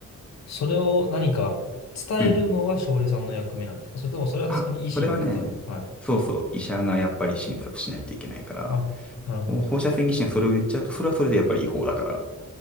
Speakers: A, on the left (about 60°); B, in the centre.
A: それを何か伝えるのは翔平さんの役目なんですかそれともそれはさすがに医師の方が。
B: うん。あ、それはね、
A: はい。
B: そうそう、医者がやっぱり診察しないといけないから、
A: あ、なるほど。
B: もう放射線技師がそれを言っちゃうと、それはそれでやっぱり違法だから、